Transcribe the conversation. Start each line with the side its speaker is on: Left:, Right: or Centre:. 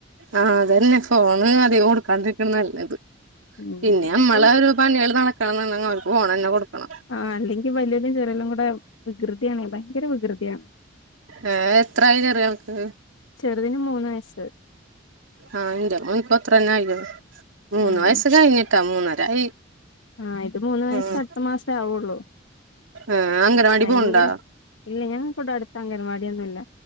Right: ആഹ് അതന്നെ ഫോണ് അതിക കൊടുക്കാണ്ടിരിക്കുന്ന നല്ലത്.
Left: ഉം
Right: പിന്നെ നമ്മള്
Left: ഇപ്പൊ
Right: ഒരു പണികള് നടക്കണം എന്നുണ്ടെങ്കിൽ അവർക്ക് ഫോണ്ന്നെ കൊടുക്കണം.
Left: ആഹ് അല്ലെങ്കിൽ വലൃയലും ചെറിയലും കൂടെ വികൃതിയണ് ഭയങ്കര വികൃതിയാണ്.
Right: ഏ എത്രായി ചെറിയോന്ക്ക്?
Left: ചെറുതിന് മൂന്ന് വയസ്സ്
Right: ആഹ് എന്റെ മോന്ക്ക്ത്ര തന്നെ ആയി മൂന്ന്
Left: ആഹ്
Right: വയസ് കഴിഞ്ഞിട്ടോ മൂന്നരായി.
Left: ആഹ് ഇത് മൂന്ന് വയസ്സ്
Right: ഉം
Left: അട്ത്ത മാസേ ആവുള്ളൂ.
Right: ആഹ് അങ്ഗലവാടീ
Left: ഭയങ്കര
Right: പോവുണ്ടോ?
Left: ഇല്ല ഞങ്ങക്ക്ടെ അട്ത്ത അംഗൻവാടിയൊന്നുല്ല